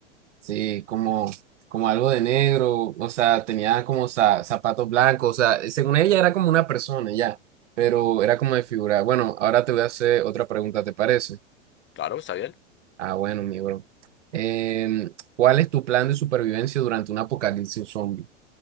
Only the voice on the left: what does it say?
claro, está bien.